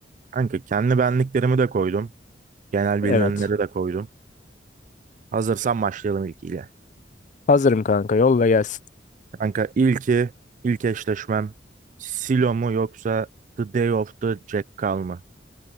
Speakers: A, on the right; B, on the left.
A: Kanka kendi benliklerimi de koydum. Genel bilinenleri
B: Evet.
A: de koydum. Hazırsan başlayalım ilkiyle.
B: Hazırım kanka yolla gelsin.
A: Kanka ilki, ilk eşleşmem Silo mu yoksa The Day of the Jackal mı?